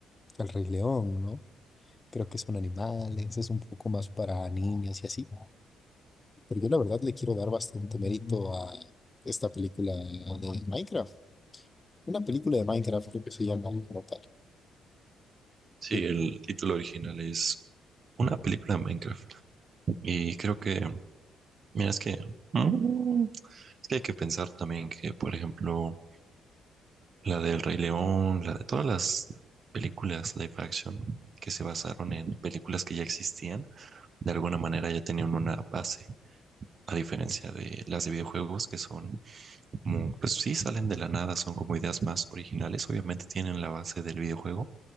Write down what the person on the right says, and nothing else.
Sí,
el título original es una película de Minecraft y creo que, mira, es que, mm, es que hay que pensar también que, por ejemplo, la del Rey León, la de todas las películas live action que se basaron en películas que ya existían, de alguna manera ya tenían una base, a diferencia de las de videojuegos que son Como, pues sí, salen de la nada, son como ideas más originales. Obviamente tienen la base del videojuego,